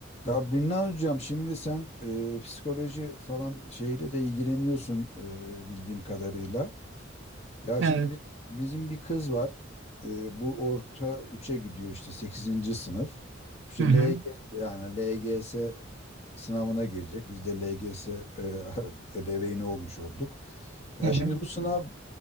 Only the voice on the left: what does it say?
Ya Birna hocam şimdi sen e, psikoloji falan şeyle de ilgileniyorsun e, bildiğim kadarıyla. Ya
şimdi biz, bizim bir kız var. E, bu orta üçe gidiyor işte sekizinci sınıf. İşte
LG yani LGS sınavına girecek. Biz de LGS e, <laughs> ebeveyni olmuş olduk. Ya
şimdi bu sınav